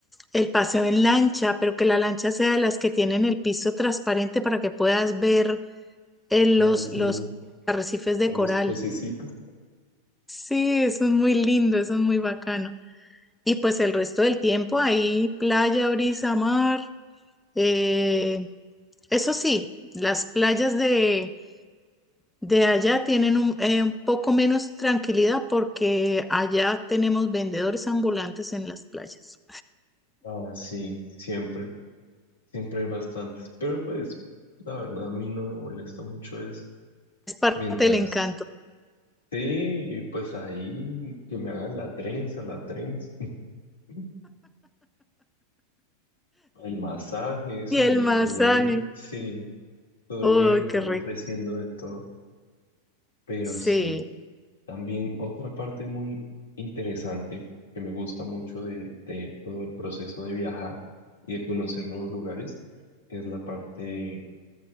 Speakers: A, in the centre; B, on the left (about 65°).
A: el paseo en lancha, pero que la lancha sea de las que tienen el piso transparente para que puedas ver eh, los,
B: Ay, sí,
A: los arrecifes de
B: a los
A: coral.
B: pececitos.
A: Sí, eso es muy lindo, eso es muy bacano. Y pues el resto del tiempo ahí, playa, brisa, mar. eh, eso sí, las playas de De allá tienen un, eh, un poco menos tranquilidad porque allá tenemos vendedores ambulantes en las playas.
B: Ah, sí, siempre, siempre hay bastantes. Pero pues, la verdad, a mí no me molesta mucho eso.
A: Es parte
B: Mientras,
A: del encanto.
B: sí, y pues ahí que me hagan la trenza, la trenza. <laughs> El masaje, eso
A: Y el
B: me
A: masaje.
B: leí, sí, todo
A: ¡Uy,
B: viven ahí
A: qué rico!
B: ofreciendo de todo, pero
A: Sí.
B: sí. También otra parte muy interesante que me gusta mucho de, de todo el proceso de viajar y de conocer nuevos lugares es la parte,